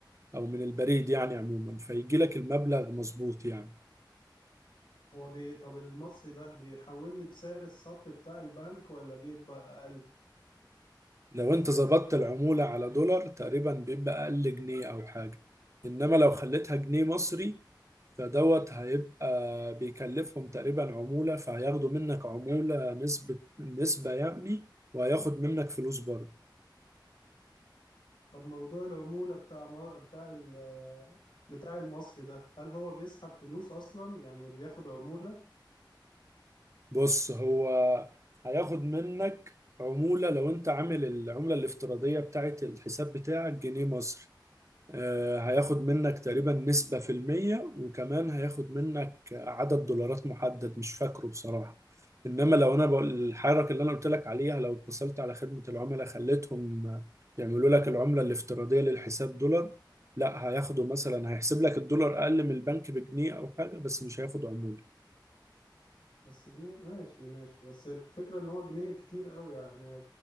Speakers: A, on the right (about 40°); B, on the left (about 80°).
A: او من البريد يعني عموما فيجي لك المبلغ مظبوط يعني
B: هو بي... طب المصري ده بيحول لي بسعر الصرف بتاع البنك ولا بيبقى اقل
A: لو انت ظبطت العمولة على دولار تقريبا بيبقى اقل جنيه او حاجة انما لو خليتها جنيه مصري فدوت هيبقى بيكلفهم تقريبا عمولة فهياخدوا منك عمولة نسبة نسبة يعني وهياخد منك فلوس برضه
B: طب موضوع العمولة بتاع م... بتاع ال... بتاع المصري ده هل هو بيسحب فلوس اصلا يعني بياخد عمولة
A: بص هو هياخد منك عمولة لو انت عامل العملة الافتراضية بتاعت الحساب بتاعك جنيه مصري آه، هياخد منك تقريبا نسبة في المية وكمان هياخد منك عدد دولارات محدد مش فاكره بصراحة إنما لو أنا بقول الحركة اللي أنا قلت لك عليها لو اتصلت على خدمة العملاء خليتهم يعملوا لك العملة الافتراضية للحساب دولار لا هياخدوا مثلا هيحسب لك الدولار أقل من البنك بجنيه أو حاجة بس مش هياخد عمولة
B: بس جنيه ماشي ماشي بس الفكرة ان هو جنيه كتير قوي يعني